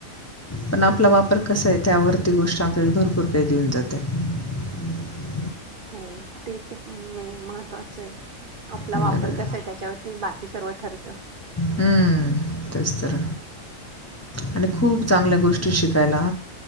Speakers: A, on the left (about 15°); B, on the right (about 50°).
A: पण आपला वापर कसा आहे त्यावरती गोष्ट आपल्याला भरपूर काही देऊन जाते. रिकामा ऑडिओ
B: हो ते खूप म महत्वाचं आहे आपला
A: बरं
B: वापर कसा आहे त्याच्यावरती बाकी.. कि सर्व ठरत.
A: हम्म तेच तर आणि खूप चांगल्या गोष्टी शिकायला..